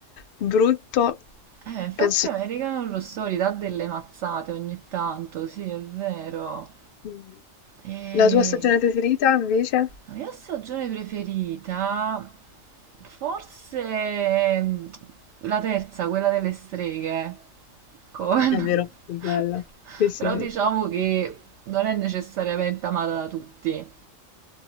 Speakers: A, on the left; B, on the right.
A: brutto,
B: Eh, infatti
A: penso...
B: American Horror Story dà delle mazzate ogni tanto, sì, è vero.
A: Mh.
B: E
A: La tua stagione preferita invece?
B: la mia stagione preferita, forse mm, la terza, quella delle streghe, con...
A: È vero, è bella.
B: <laughs>
A: Sì, sì,
B: però diciamo
A: sì.
B: che non è necessariamente amata da tutti.